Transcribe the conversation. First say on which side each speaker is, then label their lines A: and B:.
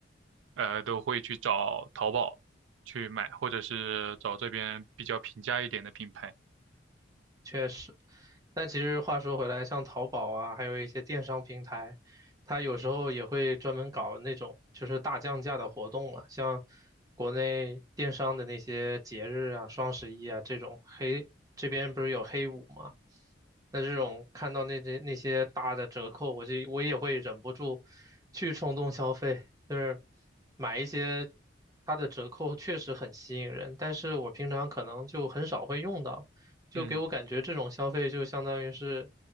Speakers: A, on the right; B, on the right.
A: 呃都会去找淘宝去买，或者是找这边比较平价一点的品牌。
B: 确实，但其实话说回来，像淘宝啊，还有一些电商平台，它有时候也会专门搞那种就是大降价的活动嘛，像国内电商的那些节日啊，双十一啊这种黑，这边不是有黑五嘛，那这种看到那些那些大的折扣，我就我也会忍不住去冲动消费，就是买一些它的折扣确实很吸引人，但是我平常可能就很少会用到。就给我感觉这种消费就相当于是
A: 嗯。